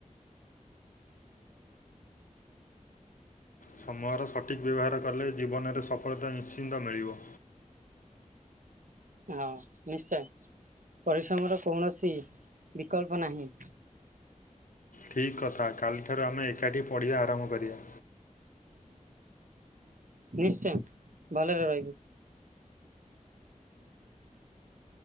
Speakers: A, on the left (about 80°); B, on the right (about 75°).
A: ସମୟର ସଠିକ୍ ବ୍ୟବହାର କଲେ ଜୀବନରେ ସଫଳତା ନିଶ୍ଚିନ୍ତ ମିଳିବ।
B: ହଁ ନିଶ୍ଚୟ, ପରିଶ୍ରମର କୌଣସି ବିକଳ୍ପ ନାହିଁ।
A: ଠିକ୍ କଥା। କାଲିଠାରୁ ଆମେ ଏକାଠି ପଢ଼ିବା ଆରମ୍ଭ କରିବା।
B: ନିଶ୍ଚୟ ଭଲରେ ରହିବୁ।